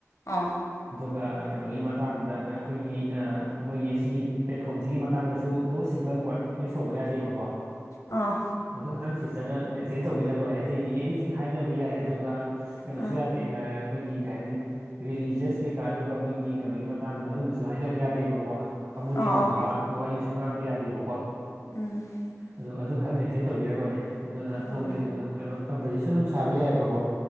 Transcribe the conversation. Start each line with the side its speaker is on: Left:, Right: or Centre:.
Left: ꯑꯥ
Right: ꯑꯥ ꯀꯩꯅꯣꯒꯤ ꯃꯇꯥꯡꯗ ꯑꯥ ꯈꯣꯏꯒꯤ ꯑꯥ ꯃꯣꯏꯒꯤ ꯁꯤꯒꯤ ꯄ꯭ꯂꯦꯠꯐꯣꯝꯖꯤꯒꯤ ꯃꯇꯥꯡꯗꯁꯨ ꯅꯣ ꯁꯤꯡꯒꯜ ꯋꯥꯔꯗ ꯌꯨꯁ ꯇꯧꯕ ꯌꯥꯗꯦꯕꯀꯣ
Left: ꯑꯥ
Right: ꯑꯗꯨ ꯈꯇꯪ ꯁꯤꯁꯇꯔꯅ ꯃꯦꯟꯇꯦꯟ ꯇꯧꯕꯤꯔ ꯂꯣꯏꯔꯦ ꯑꯇꯩꯗꯤ ꯑꯦꯅꯤꯊꯤꯡ ꯍꯥꯏꯅꯕ ꯌꯥꯏ ꯑꯗꯨꯒ ꯀꯩꯅꯣꯁꯨ
Left: ꯑꯥ
Right: ꯌꯥꯗꯦ ꯑꯥ ꯑꯥ ꯑꯈꯣꯏꯒꯤ ꯀꯩ ꯍꯥꯏꯅꯤ ꯔꯦꯂꯤꯖꯤꯌꯁ ꯀꯩꯀꯥ ꯑꯗꯨꯒ ꯃꯣꯏꯒꯤ ꯀꯅꯣꯒꯤ ꯃꯇꯥꯡ ꯇꯥꯡꯗ ꯑꯗꯨꯝꯕꯁꯨ ꯍꯥꯏꯅꯕ ꯌꯥꯗꯦꯕꯀꯣ ꯀꯃꯨꯅꯦꯟ
Left: ꯑꯥ
Right: ꯑꯣꯏꯕ
Left: ꯑꯥ
Right: ꯋꯥꯔꯤꯖꯨ ꯉꯥꯡꯕ ꯌꯥꯗꯦꯕꯀꯣ
Left: <inaudible>
Right: ꯑꯗꯨ ꯑꯗꯨꯈꯛ ꯃꯦꯟꯇꯦꯟ ꯇꯧꯕꯤꯔ ꯂꯣꯏꯔꯦ ꯑꯗꯨꯅ
Left: ꯑꯣ
Right: ꯅꯣꯔꯃꯦꯟ ꯑꯗꯨꯝ ꯀꯅꯣ ꯀꯝꯚꯔꯖꯦꯁꯟ ꯑꯗꯨꯝ ꯁꯥꯕ ꯌꯥꯏꯌꯦꯕꯀꯣ